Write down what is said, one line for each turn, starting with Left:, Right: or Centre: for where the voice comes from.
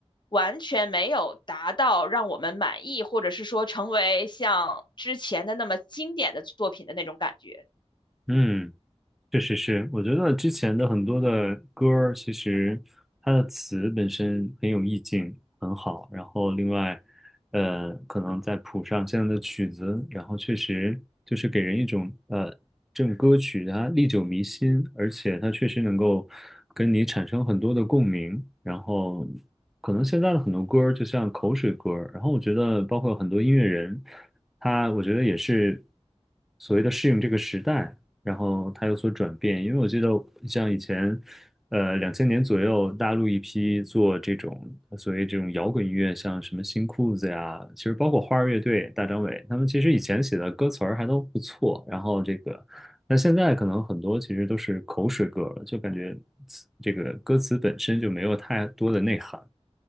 Left: 完全没有达到让我们满意，或者是说成为像之前的那么经典的作品的那种感觉。
Centre: 嗯嗯。确实是，我觉得之前的很多的歌儿，其实它的词本身很有意境，很好。然后另外，呃，可能再谱上现在的曲子，然后确实就是给人一种呃，这种歌曲它历久弥新，而且它确实能够跟你产生很多的共鸣。然后可能现在的很多歌儿就像口水歌儿，然后我觉得包括很多音乐人，他我觉得也是所谓的适应这个时代。然后它有所转变。因为我记得像以前，呃，两千年左右，大陆一批做这种所谓这种摇滚音乐，像什么新裤子呀，其实包括花儿乐队、大张伟，他们其实以前写的歌词儿还都不错。然后这个，那现在可能很多其实都是口水歌了，就感觉词这个歌词本身就没有太多的内涵。